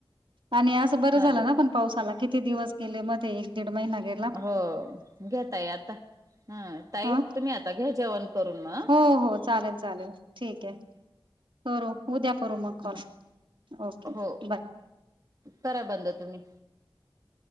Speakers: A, on the right; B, on the right.
A: आणि असं बरं
B: चालेल
A: झालं ना पण पाऊस आला. किती दिवस गेले, मध्ये एक दीड महिना गेल
B: हो. घ्या ताई आता हं ताई
A: ह
B: तुम्ही आता घ्या जेवण करून मग
A: हो हो चालेल चालेल ठीक आहे. करू उद्या करू मग कॉल
B: हा
A: ओके
B: हो
A: बाय.
B: करा बंद तुम्ही.